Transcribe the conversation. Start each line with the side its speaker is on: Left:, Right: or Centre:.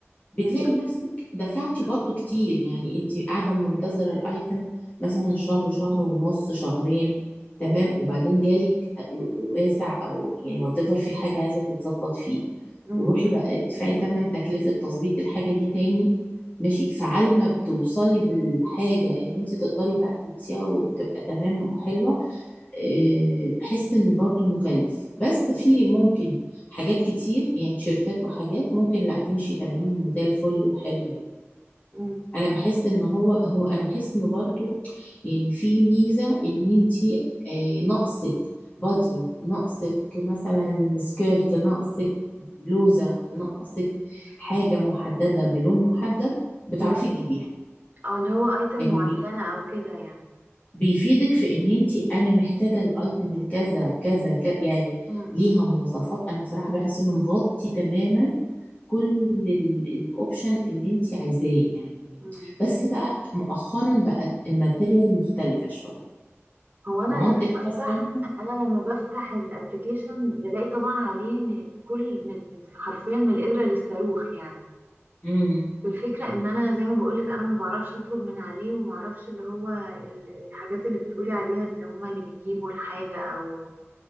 Left: بتلاقي
Right: مم.
Left: نفسك دفعتي برضو كتير يعني انت قاعدة منتظرة الايتم مثلا شهر شهر ونص شهرين تمام وبعدين جالك واسع او يعني whatever في حاجة عايزة تتظبط فيه
Right: مم.
Left: وروحي بقى ادفعي تمن تكلفة تظبيط الحاجة دي تاني ماشي فعلى ما بتوصلي بالحاجة ان انت تقدري بقى تلبسيها وتبقى تمام وحلوة آه، بحس ان برضو مكلف بس في ممكن حاجات كتير يعني تيشيرتات وحاجات ممكن لا تمشي تمام وزي الفل وحلوه يعني
Right: مم.
Left: انا بحس ان هو هو انا بحس انه برضو يعني في ميزه ان انتي آه، ناقصك بادي ناقصك مثلا سكيرت ناقصك بلوزه ناقصك حاجه محدده بلون محدد بتعرفي
Right: مم.
Left: تجيبيها
Right: اه اللي هو أيتم
Left: يعني
Right: معينة أو كده يعني
Left: بيفيدك في ان انت انا محتاجه الايتم الكذا كذا كذا يعني
Right: مم،
Left: ليها
Right: مم،
Left: مواصفات انا بصراحه بحس انه مغطي تماما كل الاوبشن اللي انت عايزاه يعني
Right: مم.
Left: بس بقى مؤخرا بقت الماتيريال مختلفه شويه
Right: هو أنا
Left: ما هو
Right: لما
Left: انت
Right: بفتح
Left: حاسه انت
Right: أنا لما بفتح الأبليكيشن بلاقي طبعا عليه من كل من حرفيا من الإبرة للصاروخ يعني
Left: امم
Right: الفكرة ان انا زي ما بقولك انا ما بعرفش اطلب من عليه وما اعرفش اللي هو ال- الحاجات اللي بتقولي عليها اللي هما اللي بيجيبوا الحاجة او